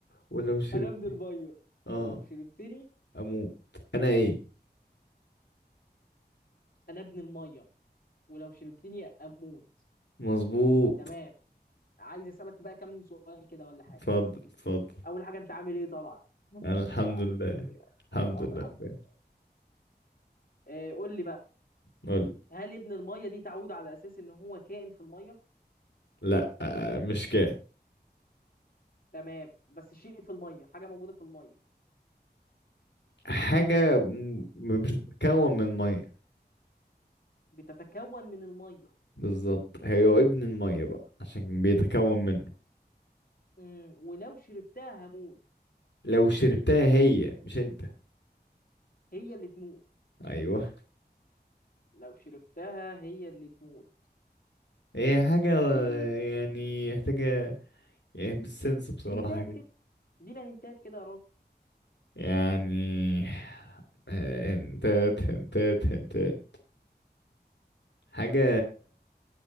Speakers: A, on the left; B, on the left.
A: ولو شربت
B: انا ابن المية
A: آه
B: ولو شربتني
A: أموت أنا إيه
B: انا ابن المية ولو شربتني اموت
A: مظبوط
B: تمام عايز اسألك بقى كم سؤال كده ولا حاجة
A: اتفضل اتفضل
B: اول حاجة انت عامل ايه طبعا <laughs>
A: أنا الحمد
B: يعني
A: لله الحمد
B: طبعا
A: لله
B: الحمد
A: فاهم
B: لله إيه قول لي بقى
A: قول
B: هل ابن المية دي تعود على اساس ان هو كائن في المية
A: لأ آه، مش كده
B: تمام بس شيء في الميه حاجه موجوده في الميه
A: حاجة م- بتتكون من مية
B: بتتكون من الميه
A: بالظبط هي ابن المية بقى عشان بيتكون منه
B: امم ولو شربتها هموت
A: لو شربتها هي مش انت
B: هي اللي تموت
A: ايوه
B: لو شربتها هي اللي تموت
A: هي حاجة
B: دي
A: يعني محتاجة يعني بالسنس بصراحة
B: هنتات
A: كده
B: كده دينا هنتات كده يا راجل
A: يعني آه، هنتات هنتات هنتات حاجة